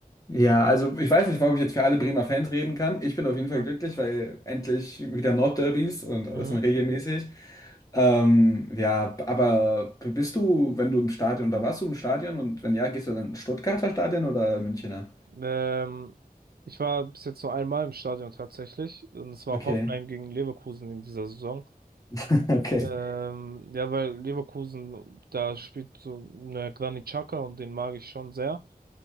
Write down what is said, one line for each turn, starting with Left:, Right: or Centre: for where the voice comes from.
Left: Ja, also ich weiß nicht, warum ich jetzt für alle Bremer Fans reden kann. Ich bin auf jeden
Right: Ja.
Left: Fall glücklich, weil endlich wieder Nordderbys und alles
Right: Mhm.
Left: sind regelmäßig. Ähm, ja, aber bist du, wenn du im Stadion oder warst du im Stadion und wenn ja, gehst du dann ins Stuttgarter Stadion oder Münchner?
Right: Ähm, ich war bis jetzt nur einmal im Stadion tatsächlich. Und es war
Left: Okay,
Right: Hoffenheim gegen Leverkusen in dieser Saison.
Left: <laughs> okay,
Right: Ähm, ja, weil Leverkusen, da spielt so eine Granit Xhaka und den mag ich schon sehr.